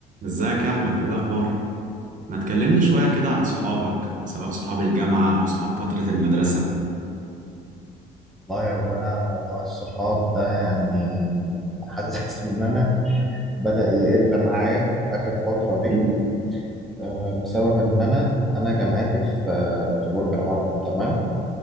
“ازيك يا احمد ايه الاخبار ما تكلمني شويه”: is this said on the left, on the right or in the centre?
Right